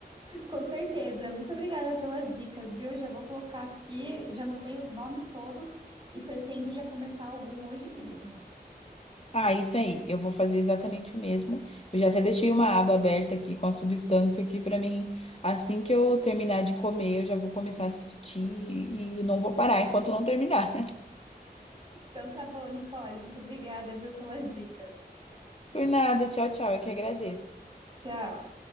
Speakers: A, on the right (about 30°); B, on the left (about 40°).
A: Com certeza. Muito obrigada pelas dicas, viu? Já vou colocar aqui, já anotei os nomes todos e pretendo já começar algum hoje mesmo.
B: Ah, isso aí. Eu vou fazer exatamente o mesmo. Eu já até deixei uma aba aberta aqui com a substância aqui pra mim. Assim que eu terminar de comer, eu já vou começar a assistir e não vou parar enquanto não terminar.
A: Então tá bom, Nicole, muito obrigada, viu, pelas dicas.
B: <laughs> Por nada. Tchau, tchau. Eu que agradeço.
A: Tchau.